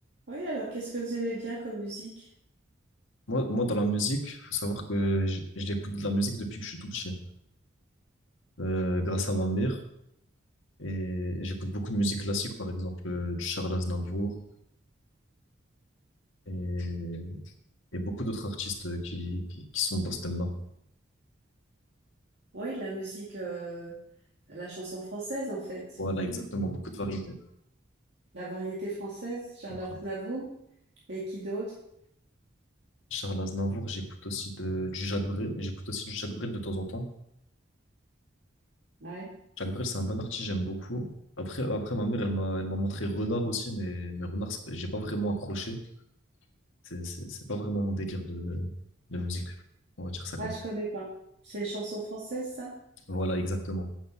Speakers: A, on the right; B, on the left.
A: Oui, alors qu'est-ce que vous aimez bien comme musique?
B: Moi, moi, dans la musique, faut savoir que j- j'écoute de la musique depuis que je suis tout petit, euh, grâce à ma mère. Et j'écoute beaucoup de musique classique, par exemple, euh, du Charles Aznavour et, et beaucoup d'autres artistes euh, qui, qui, qui sont dans ce thème-là.
A: Oui, la musique, euh, la chanson française en fait,
B: Voilà, exactement, beaucoup de variétés.
A: la variété française, Charles
B: Voilà.
A: Aznavour et qui d'autre?
B: Charles Aznavour, j'écoute aussi de, du Jacques Brel, j'écoute aussi du Jacques Brel de temps en temps.
A: Ouais.
B: Jacques Brel, c'est un bon artiste, j'aime beaucoup. Après, après, ma mère, elle m'a, elle m'a montré Renard aussi, mais, mais Renard, c'est- j'ai pas vraiment accroché. C'est, c'est, c'est pas vraiment mon délire de, de musique. On va dire ça comme
A: Ah, je
B: ça
A: connais pas. C'est chansons françaises ça?
B: Voilà, exactement.